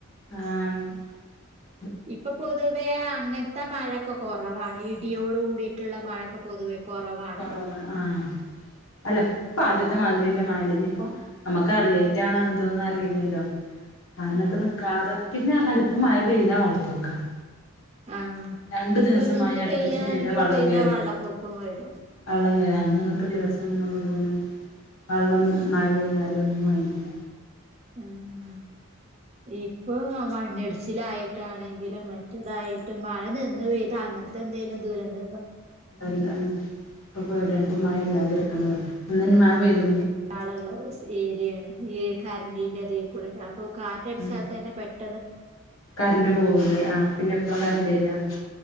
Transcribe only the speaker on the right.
ഇപ്പൊ പൊതുവേ അങ്ങൻത്ത മഴ കൊറവാണ് ഇടിയോട് കൂടിട്ടുള്ള മഴക്കെ പൊതുവെ കുറവാണല്ലോ
ആഹ്
ആഹ്
ഇപ്പൊ
നിന്ന്
പെയ്യാണെങ്കി
പെയ്താ
വെള്ളപ്പൊക്കം വരും
ഉും ഇപ്പൊ മണ്ണിടിച്ചിലായിട്ടാണെങ്കിലും, മറ്റേതായിട്ട്, മഴ നിന്ന് പെയ്ത അങ്ങട്ട് ന്തെലും ദുരംണ്ട്
ആളുള്ള ഉസ്‌ ഏരിയാണ്. ഈ കറന്റിന്റെ തിൽകൂടെക്കെ അപ്പൊ കാറ്റടിച്ച
തന്നെ പെട്ട്